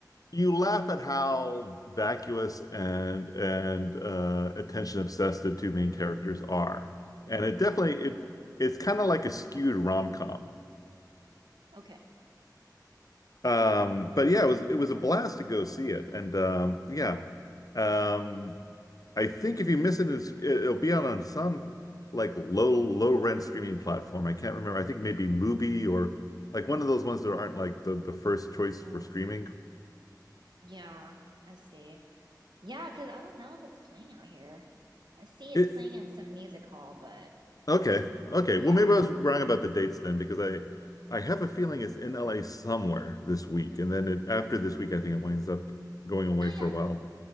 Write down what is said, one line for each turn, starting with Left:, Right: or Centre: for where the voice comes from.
Left: You laugh at how vacuous and and uh, attention obsessed the two main characters are,
Right: Mm,
Left: and it definitely it it's kind of like a skewed rom-com.
Right: okay.
Left: Um, but yeah, it was it was a blast to go see it, and um, yeah, um, I think if you miss it, it's, it'll be out on some like low low rent streaming platform. I can't remember. I think maybe Mubi or like one of those ones that aren't like the the first choice
Right: Mm.
Left: for streaming.
Right: Yeah, I see. Yeah, because I don't know if it's playing out here. I see it's
Left: It
Right: playing at some music hall, but
Left: Okay. Okay.
Right: yeah.
Left: Well, maybe I was wrong about the dates then because I I have a feeling it's in LA somewhere this week. And then it after this week I think it winds up going away
Right: No,
Left: for
Right: yeah.
Left: a while.